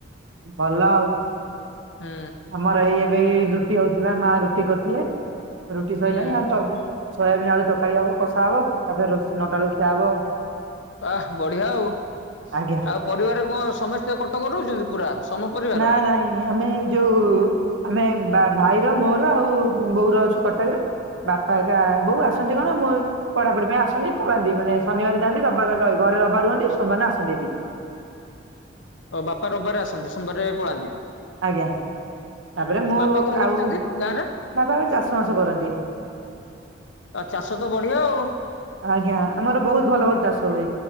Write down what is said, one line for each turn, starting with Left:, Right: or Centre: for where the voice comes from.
Right: ଭଲ ଆଉ।
Left: ହୁଁ
Right: ଆମର ଏଇ ଏବେ ରୁଟି ହଉଥିଲା ମା ରୁଟି କରିୁଥିଲେ ରୁଟି ସରଲାଣି
Left: ହୁଁ
Right: ତର -- ସୋୟାବିନି ଆଳୁ ତରକାରୀ ହବ କଷା ହବ ତାପରେ ର ନଟାଳୁ ଖିଆ ହବ।
Left: ଅ ବଢିଆ ଆଉ।
Right: ଆଜ୍ଞା
Left: ଆଉ ପରିବାର କଣ ସମସ୍ତେ କଟକ ରହୁଚନ୍ତି ପୁରା। ସମ ପରିବାର?
Right: ନା ନାଇଁ। ଆମେ ଯୋଉ ଆମେ ଭାଇର ମୋର ଆଉ ବୋଉର ଅଛୁ କଟକରେ। ବାପା ଏକା ବୋଉ ଆସନ୍ତି କଣ ମୁଁ- - ପଢାପଢି ପାଇଁ ଆସନ୍ତି ପଢାନ୍ତି ମାନ ଶନିବାର ଯାଆନ୍ତି ରବିବାର ଘରେ ରବିବାର ହୁଅନ୍ତି ସୋମବାରିନ ଆସନ୍ତି ଏଠିକି।
Left: ଓ ବାପା ରବିବାରେ ଆସନ୍ତି ସୋମବାରେ ପଳାନ୍ତି
Right: ଆଜ୍ଞା ତାପରେ ମୁଁ
Left: ବାପା କଣ କରୁଛନ୍ତି
Right: ଆଉ
Left: ଗାଁ ରେ?
Right: ବାବା ଏବେ ଚାଷ ବାସ କରନ୍ତି।
Left: ଆଉ ଚାଷ ତ ବଢିଆ ଆଉ।
Right: ଆଜ୍ଞା, ଆମର ବହୁତ ଭଲ ଭଲ ଚାଷ ହୁଏ।